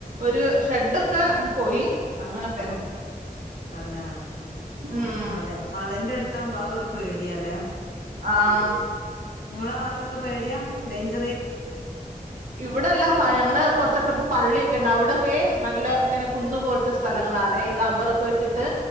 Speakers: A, on the right; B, on the left.
A: ഒരു ഷെഡൊക്കെ പോയി അങ്ങനൊക്കെ
B: ആ തന്നെ
A: ഉം
B: മല മലന്റെ അടുത്ത് അടുത്താവുമ്പോ ആ ഒരു പേടിയല്ലെ
A: ആഹ്
B: നിങ്ങളെ ആ ഭാഗത്തൊക്കെ പേടിയാ ഡേഞ്റേറ്റ്
A: ഇവിടെല്ല ഞങ്ങള് കൊറച്ചപ്പ പള്ളിയൊക്കെ ഉണ്ട് അവിടൊക്കെ നല്ല ഇങ്ങനെ കന്ന് പോലത്തെ സ്ഥലങ്ങളാണ് ഈ റബ്ബറൊക്കെ വെച്ചിട്ട്